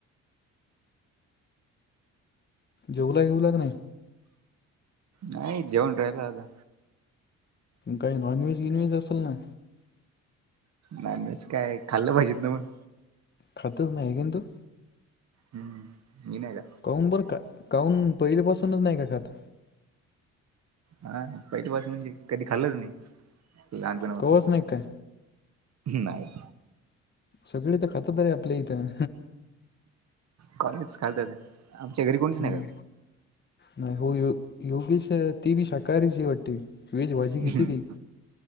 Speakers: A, on the left (about 35°); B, on the right (about 60°).
A: जियो लाइन येऊ लाग नाही...
B: नाही जेवन राहिला होता...
A: काय नॉन व्हेज गिनव्हेज असेल ना...
B: नॉन व्हेज काय खाल्लं पाहिजे ना मग...
A: खातच नाही किनु
B: हम्म मी नाही का
A: काहन बर काहन पहिली पाासूनच नाही का खात
B: हा पहिली पाासून कधी खाल्लच नाही लहानपणापासून
A: कवाच नाही काय
B: नाही
A: सगळी तर खातात रे आपल्या इथं
B: कॉलेजच खालतात आमच्या घरी कोणीच
A: हम्म.
B: नाही का
A: नाही हो यो योगेश ती बी शाकाहारीशी वाटते वेज भाजी
B: खात
A: किती ती,